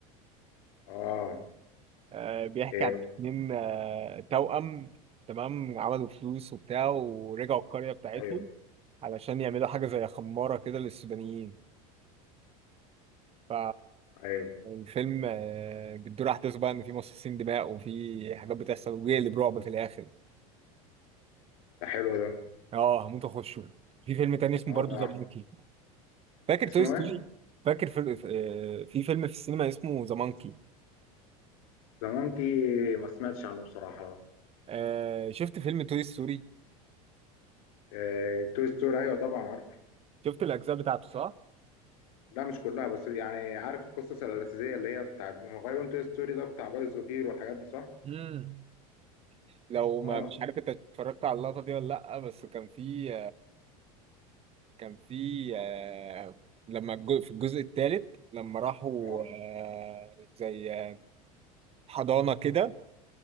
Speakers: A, on the left; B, on the right.
A: اه
B: آه، بيحكي
A: ايه
B: عن اتنين آه، توأم تمام عملوا فلوس وبتاع ورجعوا القرية بتاعتهم
A: ايوه
B: علشان يعملوا حاجة زي خمارة كده للسودانيين ف
A: ايوه
B: الفيلم آه، بتدور أحداث بقى إن في مصاصين دماء وفي حاجات بتحصل وبيقلب برعب في الآخر
A: ده حلو ده
B: اه هموت أخشه في فيلم تاني اسمه
A: اه
B: برضه
A: ده
B: ذا مونكي فاكر
A: اسمه
B: توي ستوري
A: ايه؟
B: فاكر في آه، في فيلم في السينما اسمه ذا مونكي
A: ذا مونكي ما سمعتش عنه بصراحة لا.
B: آه، شفت فيلم توي ستوري
A: إيه توي ستوري ايوه طبعا عارف
B: شفت الأجزاء بتاعته صح؟
A: لا مش كلها بس يعني عارف القصص الأساسية اللي هي بتاعت هو غالبا توي ستوري ده بتاع بايظ صغير والحاجات دي صح؟
B: مم. لو ما
A: اه
B: مش عارف انت اتفرجت على اللقطة دي ولا لأ بس كان في كان في آه، لما الج- في الجزء الثالث لما راحوا
A: اه
B: آه، زي آه، حضانة كده